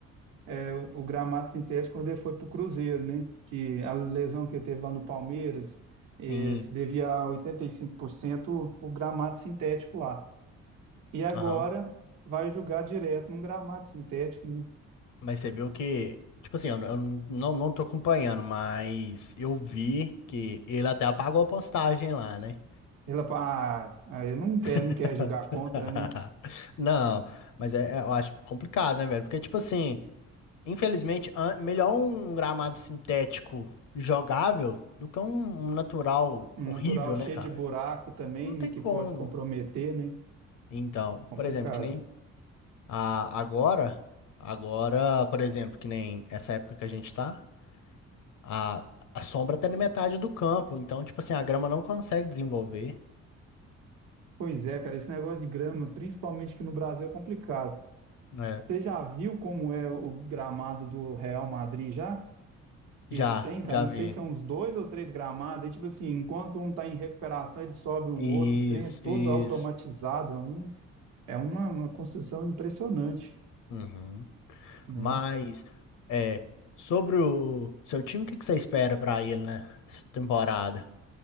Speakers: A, on the right; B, on the left.
A: é, o gramado sintético quando ele foi pro Cruzeiro, né? Que a lesão que ele teve lá no Palmeiras eh,
B: sim,
A: se devia a 85% o gramado sintético lá. E agora
B: aham.
A: vai jogar direto num gramado sintético, né?
B: Mas você viu que, tipo assim, eu, eu não, não tô acompanhando, mas eu vi que ele até apagou a postagem lá, né?
A: Ela fala, ah, aí não quer, não
B: <laughs>
A: quer jogar contra, né?
B: Não, mas é, é- eu acho complicado, né, velho? Porque, tipo assim. Infelizmente, an- melhor um gramado sintético jogável do que um um natural
A: Um
B: horrível,
A: natural cheio
B: né, cara?
A: de buraco também,
B: Não tem
A: né? Que
B: como.
A: pode comprometer, né?
B: Então,
A: Complicado.
B: por exemplo, que nem a, agora, agora, por exemplo, que nem essa época que a gente tá, a, a sombra tá na metade do campo, então, tipo assim, a grama não consegue desenvolver,
A: Pois é, cara, esse negócio de grama, principalmente aqui no Brasil, é complicado.
B: né?
A: Você já viu como é o gramado do Real Madrid já?
B: Já,
A: Esse tem, cara,
B: já
A: não
B: vi.
A: sei se são uns dois ou três gramados. É tipo assim, enquanto um tá em recuperação, ele sobe o
B: Isso,
A: outro, o trem é todo
B: isso.
A: automatizado. É, um, é uma, uma construção impressionante.
B: Uhum.
A: né?
B: Mas, é, sobre o seu time, o que que você espera pra ele, né? Essa temporada.